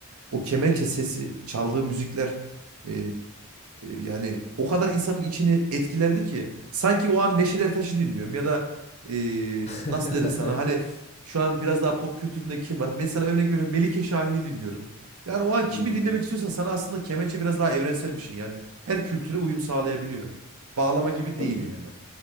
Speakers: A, on the right; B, on the left.
A: O kemençe sesi, çaldığı müzikler e, yani o kadar insanın içini etkilerdi ki sanki o an Neşet Ertaş'ı dinliyorum ya da e,
B: <laughs>
A: nasıl deriz sana hani şu an biraz daha pop kültüründe kim var? Mesela örnek veriyorum Melike Şahin'i dinliyorum. Yani o an
B: Hmm.
A: kimi dinlemek istiyorsan sana aslında kemençe biraz daha evrensel bir şey. Yani her kültüre uyum sağlayabiliyor. Bağlama gibi
B: Abi
A: değil yani.